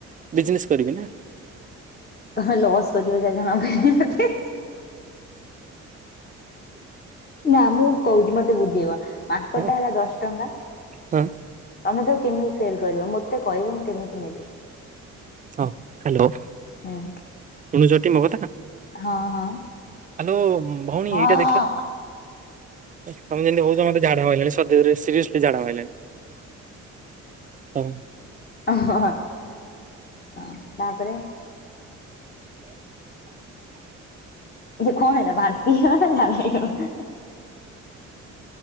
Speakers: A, on the right; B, on the left.
A: ବିଜନେସ୍ କରିବି ନାଁ।
B: ତମେ ଲସ୍ କରିଯିବ ଯା ଜଣା ପଇଲାଇଁ ମତେ। ନାଁ ମୁଁ କହୁଚି ମତେ ବୁଝେଇବ ମାର୍କର୍
A: ହଁ
B: ଟା ହେଲା ଦଶ ଟଙ୍କା ତମେ
A: ହଁ
B: ତାକୁ କେମିତି ସେଲ କରିବ ମୋତେ କହିବ ମୁଁ କେମିତି ନେବି।
A: ହଁ ହାଲୋ।
B: ହୁଁ।
A: ଶୁଣୁଚଟି ମୋ କଥା?
B: ହଁ ହଁ।
A: ଆଲୋ ଭଉଣୀ
B: ହଁ
A: ଏଇଟା ଦେଖିଲ ଅ ତମେ ଯେମିତି ହୋଉଚ ମତେ ଝାଡ଼ା ମାଇଲାଣି। ଛ ଦେହରେ ସିରିଏସଲି ଝାଡ଼ା ମାଇଲାଣି। ହଁ।
B: ଅ ହ ହ ତାପରେ ଯେ କଣ ହେଲା ବାନ୍ତି ହେଇଅଲା ନାଁ ଝାଡ଼ା ହେଇଅଲା?